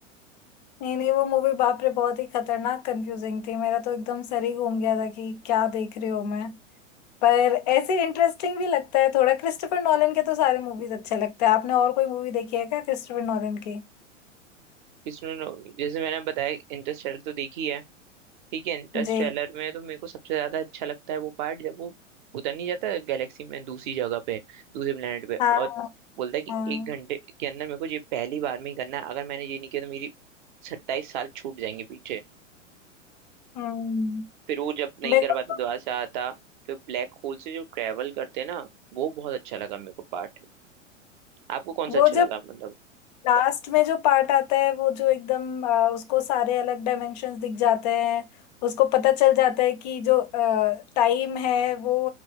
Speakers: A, on the left (about 35°); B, on the right (about 40°).
A: नहीं नहीं वो मूवी बाप रे बहुत ही खतरनाक कंफ्यूजिंग थी मेरा तो एकदम सर ही घूम गया था कि क्या देख रही हूँ मैं पर ऐसे इंटरेस्टिंग भी लगता है थोड़ा क्रिस्टोफर नॉलन के तो सारे मूवीज अच्छे लगते हैं आपने और कोई मूवी देखी है क्या क्रिस्टोफर नॉलन की
B: इसमें जैसे मैंने बताया इंटरस्टेलर तो देखी है ठीक है इंटरस्टेलर
A: जी
B: में तो मेरे को सबसे ज्यादा अच्छा लगता है वो पार्ट जब वो उतर नहीं जाता गैलेक्सी में दूसरी जगह पे दूसरे प्लेनेट पे
A: हाँ
B: और
A: हाँ
B: बोलता है कि
A: हाँ,
B: एक घंटे के अंदर मेरे को ये पहली बार में ही करना है अगर मैंने ये नहीं किया तो मेरी सत्ताईस साल छूट जाएंगे पीछे
A: हम्म
B: फिर वो जब नहीं
A: मेरे
B: कर पाता
A: को
B: दोबारा
A: तो
B: से आता फिर ब्लैक होल से जो ट्रेवल करते हैं ना वो बहुत अच्छा लगा मेरे को पार्ट आपको कौन
A: वो
B: सा अच्छा लगा
A: जो
B: मतलब
A: लास्ट में जो पार्ट आता है वो जो एकदम आ, उसको सारे अलग डायमेंशंस दिख जाते हैं उसको पता चल जाता है कि जो टाइम है वो